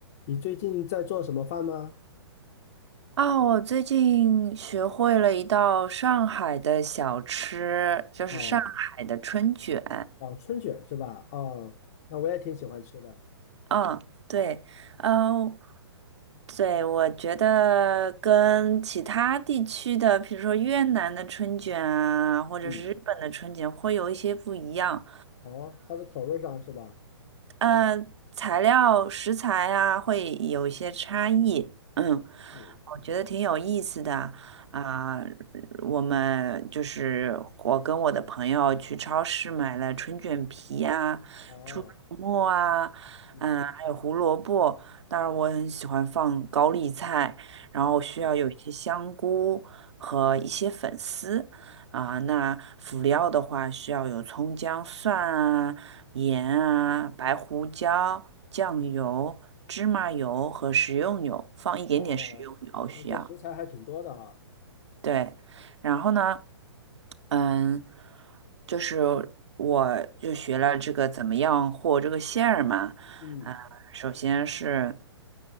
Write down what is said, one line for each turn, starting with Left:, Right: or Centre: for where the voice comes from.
Left: 你最近在做什么饭吗？
Right: 啊，我最近学会了一道上海的小吃，就是上海的春卷。
Left: 哦哦，春卷是吧？哦，那我也挺喜欢吃的。
Right: 嗯，对，嗯，对，我觉得跟其他地区的，比如说越南的春卷啊，或者是日本的春卷，
Left: 嗯，
Right: 会有一些不一样。
Left: 哦，它是口味上是吧？
Right: 嗯、呃材料食材啊会有一些差异，嗯，
Left: 嗯，
Right: 我觉得挺有意思的啊、我们就是我跟我的朋友去超市买了春卷皮啊、
Left: 哦，
Right: 猪肉末啊，
Left: 嗯，
Right: 嗯、还有胡萝卜。当然，我很喜欢放高丽菜，然后需要有一些香菇和一些粉丝。
Left: 嗯，
Right: 啊，那辅料的话需要有葱姜蒜啊、盐啊、白胡椒、酱油、芝麻油和食用油，放一点点食用油需要。
Left: 哦，那这食材还挺多的哈。
Right: 对，然后呢，嗯，就是我就学了这个怎么样和这个馅儿嘛，
Left: 嗯，
Right: 啊，首先是